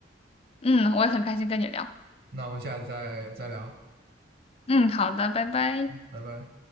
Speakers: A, on the left (about 30°); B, on the right (about 55°).
A: 嗯，我也很开心跟你聊。
B: 那我们下次再再聊，
A: 嗯，好的，拜拜。
B: 拜拜。